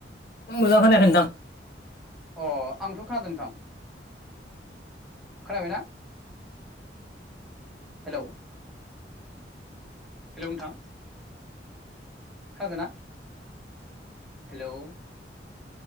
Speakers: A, on the left; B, in the centre.
A: मोजां खोनायाखै नोंथां
B: अ आंथ' खोनादों नोंथां। खोनाबायना हेलौ हेलौ नोंथां खोनादोना हेलौ